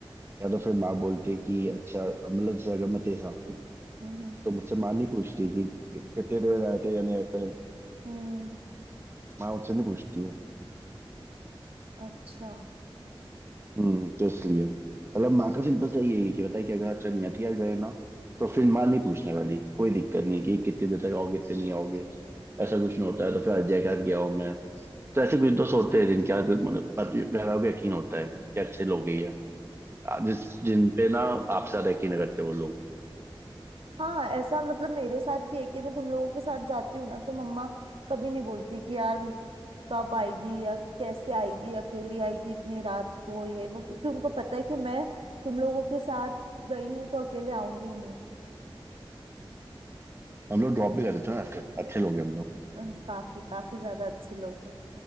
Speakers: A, on the right (about 25°); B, on the right (about 85°).
A: या तो फिर माँ बोलती है कि अच्छा मतलब जैसे अगर मैं तेज आता हूँ
B: हम्म
A: तो मुझसे माँ नहीं पूछती है कि कितने देर आए थे या नहीं आए थे
B: हम्म
A: माँ मुझसे नहीं पूछती है
B: अच्छा
A: हम्म तो इसलिए मतलब माँ का सिंपल सा यही है कि बताइए कि अगर अच्छा नहीं हथियार गए ना तो फिर
B: हम्म।
A: माँ नहीं पूछने वाली कोई दिक्कत नहीं कि कितनी देर तक आओगे कितने नहीं आओगे ऐसा कुछ नहीं होता है तो फिर अजय के साथ गया हूँ मैं तो ऐसे कुछ दोस्त होते हैं जिनके आज मतलब बाकी घर वालों को यकीन होता है कि अच्छे लोग ही है आ, जिस जिन पे ना आपसे ज्यादा यकीन करते हैं वो लोग
B: हाँ ऐसा मतलब मेरे साथ भी है कि मैं तुम लोगों के साथ जाती हूँ ना तो मम्मा कभी नहीं बोलती कि यार कब आएगी या कैसे आएगी अकेली आएगी इतनी रात को ये वो क्योंकि उनको पता है कि मैं तुम लोगों के साथ गई हूँ तो अकेले आऊंगी
A: हम लोग ड्रॉप भी कर देते हैं ना ऐसे अच्छे लोग हैं हम
B: अह, काफी काफी ज्यादा अच्छे लोग हो